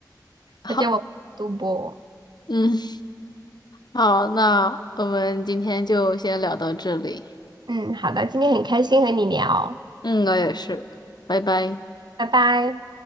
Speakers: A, on the left; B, on the right.
A: 好，
B: 他叫我赌博。
A: 嗯。好，那我们今天就先聊到这里。
B: 嗯，好的，今天很开心和你聊，
A: 嗯，我也是，拜拜。
B: 拜拜。